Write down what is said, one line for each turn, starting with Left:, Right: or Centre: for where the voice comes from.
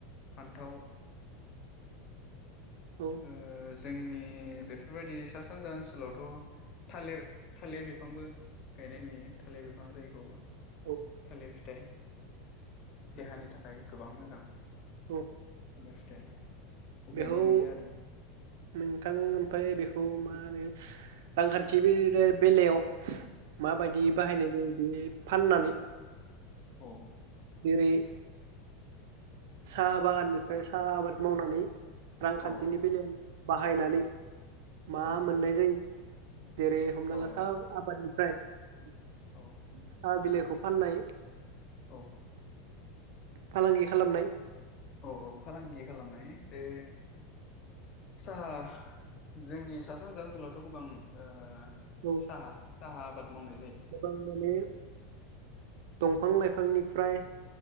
Left: फान्थाव
Right: औ
Left: ओ जोंनि बेफोरबायदि सा सानजा ओनसोलावथ' थालिर थालिर बिफांबो गायनाय नुयो थालिर बिफां जायखौ
Right: औ
Left: थालिर फिथाइ। देहानि थाखाय गोबां मोजां।
Right: औ
Left: नेक्स्ट टाइम अ
Right: बेखौ
Left: गायनाय नुयो आरो
Right: नोंथां ओमफ्राय बेखौ मा होनो रांखान्थि बेलायाव माबायदि
Left: औ
Right: बाहायनाय जायो बे फाननानै
Left: अ
Right: जेरै साहा बागाननिफ्राय साहा आबाद मावनानै रांखान्थिनि
Left: औ
Right: बेलायाव बाहायनानै मा
Left: औ
Right: मोननाय जायो जेरै हमना
Left: औ
Right: ला साहा आबादनिफ्राय हा
Left: औ
Right: बिलाइखौ फाननाय
Left: औ
Right: फालांगि खालामनाय।
Left: औ औ। फालांगि खालामनाय बे साहा जोंनि सा सानजा ओनसोलावथ' गोबां ओ
Right: औ
Left: साहा साहा आबाद मावनाय जायो
Right: गोबां माने दंफां लाइफांनिफ्राय